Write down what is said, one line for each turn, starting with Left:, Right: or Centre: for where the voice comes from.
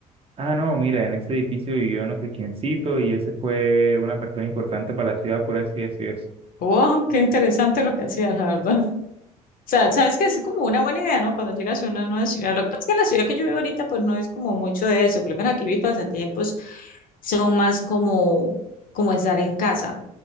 Right: ah, no, mira, en ese edificio vivió no sé quiéncito y ese fue una persona importante para la ciudad por así decirlo. eso. y eso".
Left: oh, qué interesante lo que hacías, la verdad. sea, sabes que es como una buena idea, ¿no? Cuando llegas a una nueva ciudad. Lo que pasa es que en la ciudad que yo vivo ahorita, pues no es como mucho de eso. Creo que aquí mis pasatiempos son más como, como estar en casa.